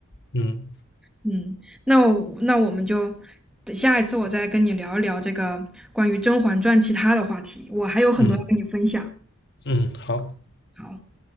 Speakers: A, on the left; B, in the centre.
A: 嗯
B: 嗯，那我那我们就下一次我再跟你聊一聊这个关于《甄嬛传》其他的话题，我还有很多要跟你分享。
A: 嗯嗯，好。
B: 好。